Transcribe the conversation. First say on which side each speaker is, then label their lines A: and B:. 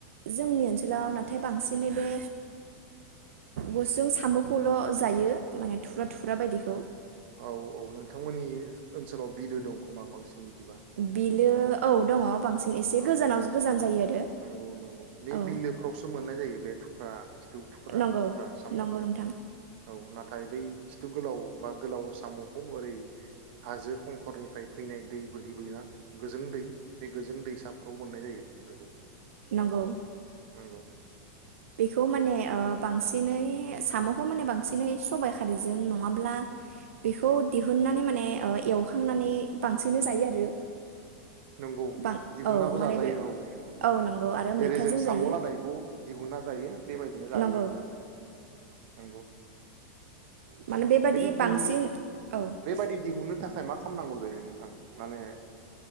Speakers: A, on the right (about 85°); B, on the right (about 55°).
A: जोंनि ओनसोलाव नाथाय बांसिनै बे गुसुं साम'खौल' जायो माने थुरा थुरा बायदिखौ
B: औ औ नोंथांमोननि ओनसोलाव बिलो दं। खमा बांसिन बिदिबा
A: बिलो औ दङ बांसिन एसे
B: औ
A: गोजानावसो गोजान जायो आरो।
B: नंगौ नंगौ बे
A: औ
B: बिलोफोरावसो मोननाय जायो बे फ्रा थुख्रा
A: नंगौ
B: थुख्रा साम'खौ
A: नंगौ नोंथां
B: औ ना नाथाय बै खिथु गोलाव बा गोलाव साम'खौ ओरै हाजो खंखरनिफ्राय फैनाय दै बोहैबोयोना गोजों दै बे गोजों दैसाफोराव खननाय जायो बेफोरखौ
A: नोंगौ।
B: नोंगौ
A: बेखौ माने ओ बांसिनै साम'खौ माने बांसिनै सबायाइ खारैजों नङाब्ला बेखौ दिहुननानै माने एवखांनानै बांसिनै जायो आरो।
B: नंगौ
A: बां
B: दिहुननाबो
A: औ माने
B: जाजायो
A: बे
B: औ
A: नंगौ आरो
B: जेरै
A: मैथाजों
B: जों साम
A: जायो।
B: लादायखौ दिहुनना जायो। बेबायदिनो लायो
A: नंगौ
B: बेखौबो नंगौ।
A: माने
B: औ
A: बेबादि
B: बिदि
A: बांसिन
B: दिहुन
A: औ
B: बेबादि दिहुननो थाखाय मा खालामनांगौ जायो नोंथां माने